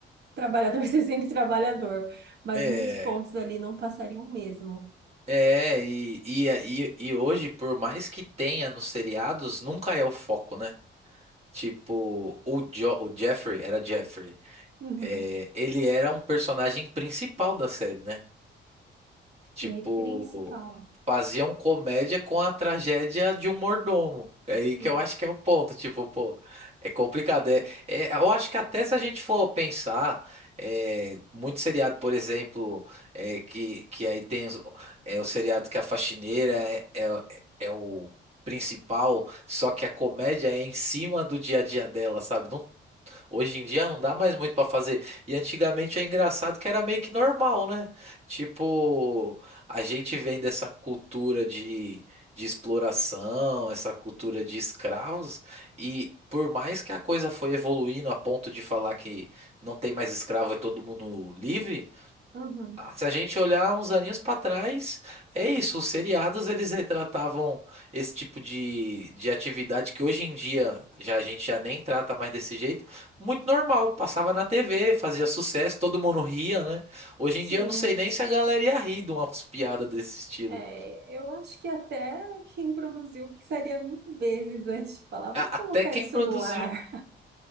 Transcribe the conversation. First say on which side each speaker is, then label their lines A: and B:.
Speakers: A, on the right; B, on the right.
A: trabalhador <laughs> ser sempre trabalhador, mas
B: É.
A: muitos pontos ali não passariam mesmo.
B: É, e, e, e, e hoje, por mais que tenha nos seriados, nunca é o foco, né? Tipo, o, jo o Jeffrey, era Jeffrey.
A: Uhum.
B: É, ele era um personagem principal da série, né? Tipo,
A: E principal,
B: faziam comédia com a tragédia de um mordomo. É aí que
A: nossa.
B: eu acho que é o ponto. Tipo, pô, é complicado. É, é- eu acho que até se a gente for pensar, é, muito seriado, por exemplo, é, que, que aí tem os- é, o seriado que a faxineira é, é, é o principal, só que a comédia é em cima do dia a dia dela, sabe? Não Hoje em dia não dá mais muito pra fazer. E antigamente é engraçado que era meio que normal, né? Tipo, a gente vem dessa cultura de, de exploração, essa cultura de escravos, e por mais que a coisa foi evoluindo a ponto de falar que não tem mais escravo e todo mundo livre,
A: Uhum.
B: se a gente olhar uns aninhos para trás, é isso. Os seriados eles retratavam esse tipo de, de atividade que hoje em dia já a gente já nem trata mais desse jeito. Muito normal, passava na TV, fazia sucesso, todo mundo ria, né? Hoje
A: Sim,
B: em dia eu não sei nem se a galera ia rir de umas piadas desse estilo.
A: é, eu acho que até quem produziu pensaria mil vezes antes de falar, vamos
B: A- Até
A: colocar
B: quem
A: isso
B: produziu.
A: no ar.